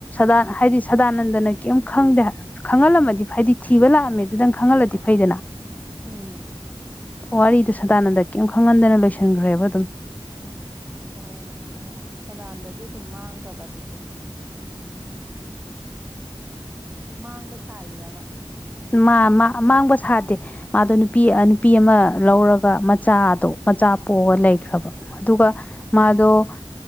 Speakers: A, on the left; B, on the right.
A: ꯗꯥ ꯍꯥꯏꯗꯤ ꯁꯗꯥꯅꯟꯗꯅ ꯀꯦꯝ ꯈꯪꯗꯦ ꯈꯪꯍꯜꯂꯝꯃꯗꯤ ꯍꯥꯏꯗꯤ ꯊꯤꯕ ꯂꯥꯛꯑꯝꯃꯦ ꯑꯗꯨꯗꯪ ꯈꯪꯍꯜꯂꯗꯤ ꯐꯩꯗꯅ
B: ꯎꯝ
A: ꯋꯥꯔꯤꯗꯣ ꯁꯗꯥꯅꯟꯗ ꯀꯔꯤꯝ ꯈꯪꯍꯟꯗꯅ ꯂꯣꯏꯁꯤꯟꯈ꯭ꯔꯦꯕ ꯑꯗꯨꯝ
B: ꯑꯣ ꯁꯗꯥꯟꯗꯁꯦ ꯑꯗꯨꯝ ꯃꯥꯡꯈ꯭ꯔꯕ ꯑꯗꯨꯗꯤ ꯃꯥꯡꯕ ꯁꯥꯔꯤꯔꯕ
A: ꯃꯥ ꯃꯥꯡꯕ ꯁꯥꯗꯦ ꯃꯥꯗꯣ ꯅꯨꯄꯤ ꯅꯨꯄꯤ ꯑꯃ ꯂꯧꯔꯒ ꯃꯆꯥꯗꯣ ꯃꯆꯥ ꯄꯣꯛꯑ ꯂꯩꯈ꯭ꯔꯕ ꯑꯗꯨꯒ ꯃꯥꯗꯣ